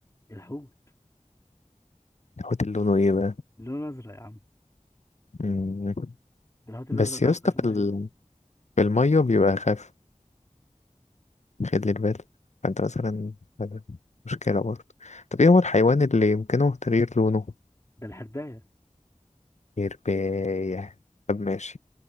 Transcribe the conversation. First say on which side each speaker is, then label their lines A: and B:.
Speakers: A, on the left; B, on the left.
A: الحوت
B: الحوت اللي لونه ايه بقى
A: لونه ازرق يا عم
B: مم.
A: ده الحوت الازرق
B: بس
A: ده
B: يا
A: عامل
B: اسطى
A: ازمه
B: في ال- في الميه بيبقى اخف خد لي البال فانت مثلا هذا مشكلة برضه طب ايه هو الحيوان اللي يمكنه تغيير لونه
A: ده الحرباية
B: يرباية طب ماشي